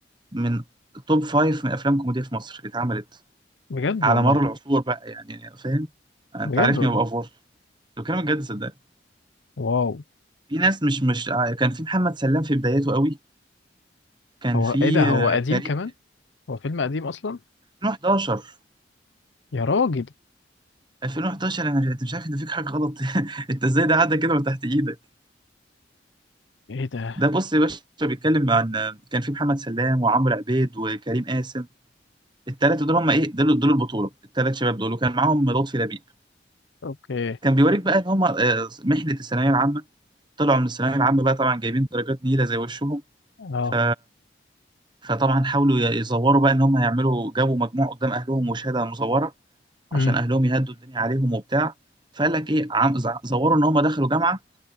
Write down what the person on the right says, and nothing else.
من توب فايف من افلام كوميديا في مصر اتعملت
على
مر العصور بقى يعني يعني فاهم انت
عارفني
ببقى فور بتكلم بجد صدقني
في ناس مش مش ع- كان في محمد سلام في بدايته قوي كان
في
آه،
كريم
2011
2011 انا مش أنت مش عارف ان فيك حاجه غلط <laughs> انت ازاي ده عدى كده من تحت ايدك
ده بص يا باشا بيتكلم عن كان في محمد سلام وعمرو عبيد وكريم قاسم التلاتة دول هم ايه دول دول البطولة التلات شباب دول وكان معاهم لطفي لبيب
كان بيوريك بقى ان هم آه، محنة الثانوية العامة طلعوا من الثانوية العامة بقى طبعا جايبين درجات نيلة زي وشهم
ف... فطبعا حاولوا ي- يزوروا بقى ان هم يعملوا جابوا مجموع قدام اهلهم وشهادة مزورة
عشان اهلهم يهدوا الدنيا عليهم وبتاع فقال لك ايه عم... ز- زوروا ان هم دخلوا جامعة